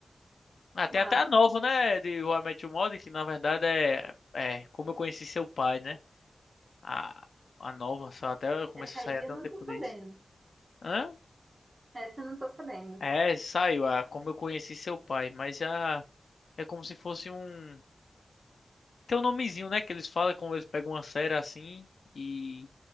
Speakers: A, on the left; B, on the right.
A: Ah, tem
B: Ah,
A: até a nova, né? De How I Met Your Mother, que na verdade é, é Como Eu Conheci Seu Pai, né? A, a nova, só até começou
B: essa
A: a
B: aí
A: sair até
B: eu não
A: um tempo
B: tô sabendo.
A: desse. Hã?
B: Essa eu não tô sabendo.
A: É, saiu a Como Eu Conheci Seu Pai, mas já é como se fosse um. Tem um nomezinho, né? Que eles falam como eles pegam uma série assim e,